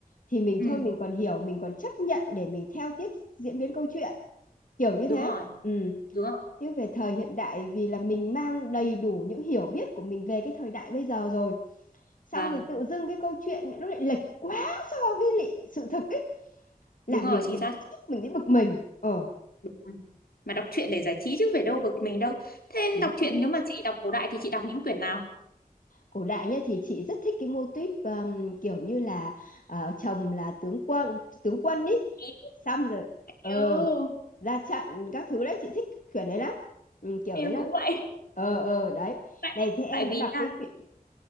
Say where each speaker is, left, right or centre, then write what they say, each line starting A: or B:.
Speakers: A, on the left; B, on the left.
A: thì mình
B: ừ
A: thôi mình còn hiểu mình còn chấp nhận để mình theo tiếp diễn biến câu chuyện kiểu như
B: đúng
A: thế
B: rồi
A: ừ
B: đúng rồi
A: nhưng về thời hiện đại vì là mình mang đầy đủ những hiểu biết của mình về cái thời đại bây giờ rồi xong
B: vâng
A: rồi tự dưng cái câu chuyện mẹ nó lại lệch quá so với lại sự thực ấy là
B: đúng
A: mình
B: rồi chính
A: thấy
B: xác
A: bức xúc mình thấy bực mình ờ
B: Ừ. mà đọc truyện để giải trí chứ phải đâu bực mình đâu thế
A: chính
B: đọc truyện
A: xác
B: nếu mà chị đọc cổ đại thì chị đọc những quyển nào
A: cổ đại nhá thì chị rất thích cái mô típ um, kiểu như là ờ, chồng là tướng quân tướng quân ý
B: Ý
A: xong rồi ờ
B: yêu,
A: ra trận các thứ đấy chị thích kiểu đấy lắm ừ, kiểu
B: em
A: đấy lắm
B: cũng vậy
A: ờ ờ đấy
B: <laughs> tại
A: này thế em
B: tại vì
A: đã đọc
B: nha,
A: cái chuyện